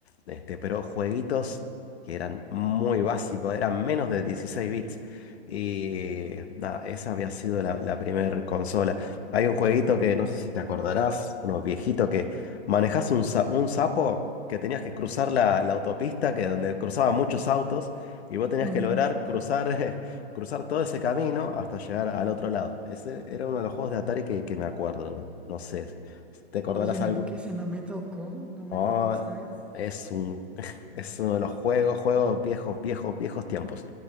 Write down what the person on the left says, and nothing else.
Este, pero jueguitos que eran muy básicos, eran menos de 16 bits. Y nada, esa había sido la, la primera consola. Hay un jueguito que no sé si te acordarás, uno viejito manejás un, sa- un sapo que tenías que cruzar la, la autopista, que donde cruzaban muchos autos, y vos tenías
que lograr cruzar, <laughs> eh, cruzar todo ese camino hasta llegar al otro lado. Ese era uno de los juegos de Atari que, que me acuerdo. No, no sé, ¿te acordarás
algo?
Oh,
es un, <laughs> es uno de los juegos, juegos viejos, viejos, viejos tiempos.